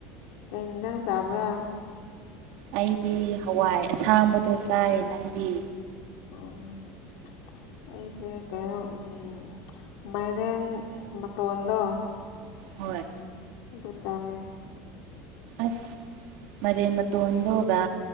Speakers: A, on the left; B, on the right.
A: ꯀꯩ ꯏꯟꯖꯥꯡ ꯆꯥꯕ꯭ꯔꯥ꯫
B: ꯑꯩꯗꯤ ꯍꯋꯥꯏ ꯑꯁꯥꯡꯕꯗꯣ ꯆꯥꯏ ꯅꯪꯗꯤ꯫
A: ꯑꯣ ꯑꯩꯁꯦ ꯀꯩꯅꯣ ꯎꯝ__ ꯃꯥꯏꯔꯦꯟ ꯃꯇꯣꯟꯗꯣ꯫
B: ꯍꯣꯏ꯫
A: ꯑꯗꯨ ꯆꯥꯏ
B: ꯑꯁ ꯃꯥꯏꯔꯦꯜ ꯃꯇꯣꯟꯗꯨꯒ